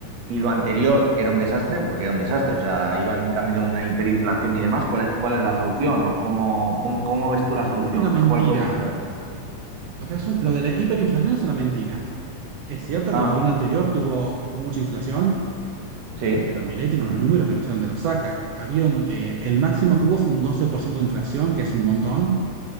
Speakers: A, on the right (about 60°); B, on the right (about 80°).
A: y lo anterior era un desastre, porque era un desastre, o sea, iban camino de una hiperinflación y demás, ¿cuál es, cuál es la solución? ¿O cómo, cómo, cómo ves tú la solución?
B: No es una mentira.
A: ¿Cuál podría ser?
B: O sea, es un- lo de la hiperinflación es una mentira. Es cierto
A: Ah,
B: que el gobierno anterior tuvo mucha inflación,
A: sí.
B: Pero Milei tiene unos números que no sé dónde los saca. Había un, eh, el máximo que hubo fue un 12% de inflación, que es un montón,